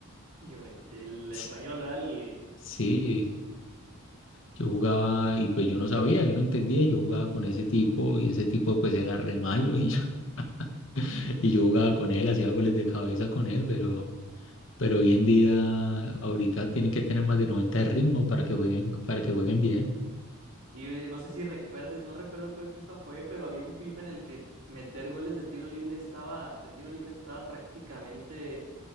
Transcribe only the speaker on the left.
Sí,
sí, yo jugaba y pues yo no sabía, yo no entendía, yo jugaba con ese tipo y ese tipo pues era re malo y yo, <laughs> y yo jugaba con él, hacía goles de cabeza con él, pero, pero hoy en día ahorita tienen que tener más de 90 de ritmo para que jueguen, para que jueguen bien.